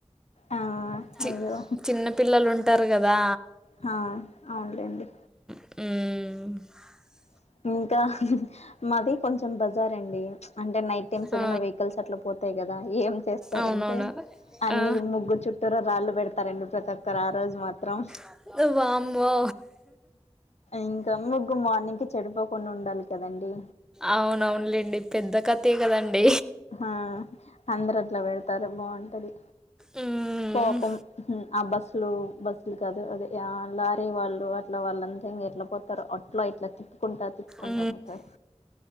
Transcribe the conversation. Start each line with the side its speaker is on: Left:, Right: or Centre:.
Left: ఆ
Centre: చి
Left: అయ్యో
Centre: చిన్న పిల్లలు ఉం టారు కదా
Left: హా అవునులేండి.
Centre: హ్మ్
Left: <unintelligible> ఇంకా మాది కొంచెం బజార్ అండి అంటే నైట్ టైమ్స్
Centre: ఆ,
Left: ఏమైనా వెహికల్స్ అట్లా పోతాయి కదా ఏం చేస్తారంటే
Centre: అవునవును. చేస్తారంటే
Left: అన్ని
Centre: ఆ,
Left: ముగ్గు చుట్టూరాళ్ళు పెడతారండి ప్రతి ఒక్కరు ఆ రోజు మాత్రం
Centre: మాత్రం వామ్మో!
Left: ఇంకా ముగ్గు మార్నింగ్ చెడిపోకుండా ఉండాలి కదండి
Centre: అవునవునులేండి పెద్ద కథే కదండి
Left: ఆ అందరు అట్లా పెడతారు బాగుంటది
Centre: హ్మ్.
Left: పాపం ఆ బస్సులు బస్సులు కాదు అదే ఆ లారీ వాళ్ళు అట్లా వాళ్ళంతా ఇం ఎట్లా పోతారు అట్లా ఇట్లా తిప్పు తిప్పుకుంటా
Centre: ఉ
Left: పోతారు